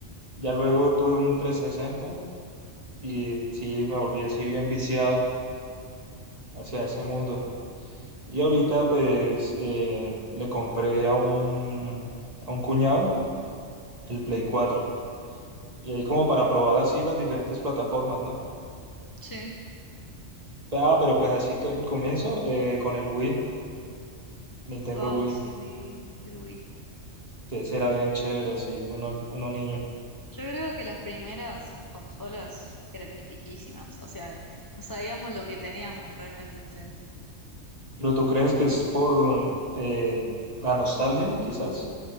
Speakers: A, on the right; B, on the left.
A: Ya luego tuve un 360 y sí, me volví así bien viciado hacia ese mundo. Y ahorita pues eh, le compré a un, a un cuñado el Play 4 y ahí como para probar así las diferentes plataformas, ¿no?
B: sí.
A: Ah, pero pues así que el comienzo eh, con el Wii, Nintendo
B: Oh,
A: Wii.
B: sí, el Wii.
A: que será bien chévere así, uno, uno niño.
B: Yo creo que las primeras consolas eran epiquísimas, o sea, no sabíamos lo que teníamos realmente enfrente.
A: ¿Pero tú crees que es por eh, la nostalgia, quizás?